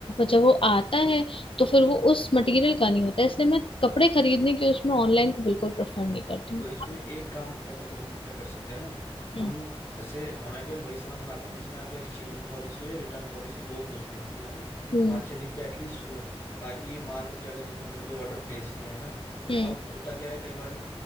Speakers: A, on the left; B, on the left.
A: जब वो आता है तो फिर वो उस मटेरियल का नहीं होता है इसलिए मैं कपड़े खरीदने के उसमें ऑनलाइन को बिल्कुल प्रेफर नहीं करती हूँ
B: तो इसमें एक काम बताओ देखो हम क्या कर सकते हैं ना
A: हम्म
B: हम ऐसे हमें केवल वही सामान मंगाता हूँ ना जिसमें या तो एक्सचेंज पॉलिसी हो या रिटर्न पॉलिसी हो कुछ दिन की है ना
A: हम्म,
B: पाँच छः दिन की एटलीस्ट हो ताकि मान लो कि अगर जैसे हमने कोई ऑर्डर प्लेस किया है ना
A: हम्म
B: अब होता क्या है कई बार